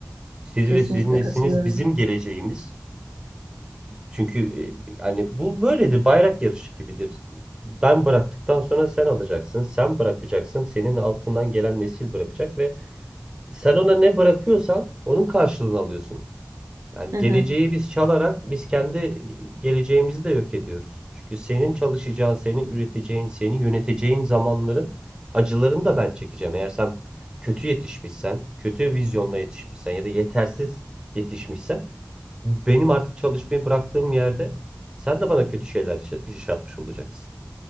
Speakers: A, on the right; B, on the right.
A: Siz
B: kesinlikle
A: ve sizin nesliniz
B: katılıyorum.
A: bizim geleceğimiz. Çünkü e, hani bu böyledir, bayrak yarışı gibidir. Ben bıraktıktan sonra sen alacaksın, sen bırakacaksın, senin altından gelen nesil bırakacak ve sen ona ne bırakıyorsan onun karşılığını alıyorsun. Yani
B: Hı hı.
A: geleceği biz çalarak biz kendi geleceğimizi de yok ediyoruz. Çünkü senin çalışacağın, senin üreteceğin, seni yöneteceğin zamanların acılarını da ben çekeceğim. Eğer sen kötü yetişmişsen, kötü vizyonla yetişmişsen ya da yetersiz yetişmişsen benim artık çalışmayı bıraktığım yerde sen de bana kötü şeyler yaşa- yaşatmış olacaksın.